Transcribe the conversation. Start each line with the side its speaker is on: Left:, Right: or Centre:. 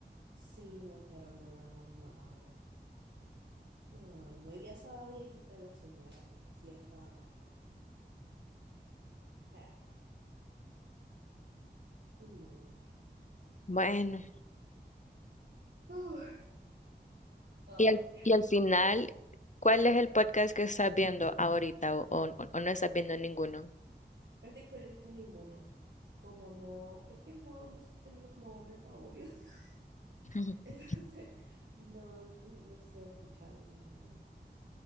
Right: Sí, mataron a la mamá, abuelo. Y, Ay, no, ya estaba viejita la señora, porque sí, ya estaba mayor. Pero, ni modo.
Left: Bueno.
Right: Uf, ay,
Left: Y al, y al final, ¿cuál es el podcast que estás viendo ahorita o, o- o no estás viendo ninguno?
Right: es de que ahorita ninguno. Como no, es que no, no estoy teniendo como momentos aburridos.
Left: <laughs>
Right: <laughs> Entonces, no, no, no estoy escuchando ninguno.